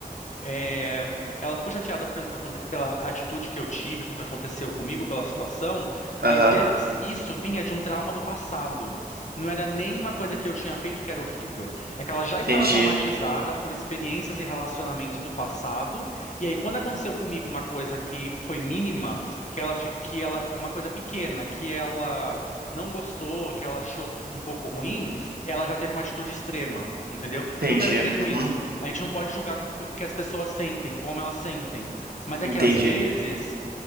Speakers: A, on the left; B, on the right.
A: É, ela ficou chateada pelo que aconte... pela atitude que eu tive, pelo que aconteceu comigo, pela situação, mas
B: aham,
A: esse- isso vinha de um trauma do passado. Não era nenhuma coisa que eu tinha feito que era horrível. É que ela já estava
B: entendi,
A: traumatizada por experiências e relacionamentos do passado, e aí quando aconteceu comigo uma coisa que foi mínima, que ela fi- que ela uma coisa pequena, que ela não gostou, que ela achou um pouco ruim, ela já teve uma atitude extrema. Entendeu? Então,
B: entendi,
A: eu quero dizer com
B: uhum,
A: isso. A gente não pode julgar o que as pessoas sentem, como elas sentem. Mas é
B: entendi.
A: que às vezes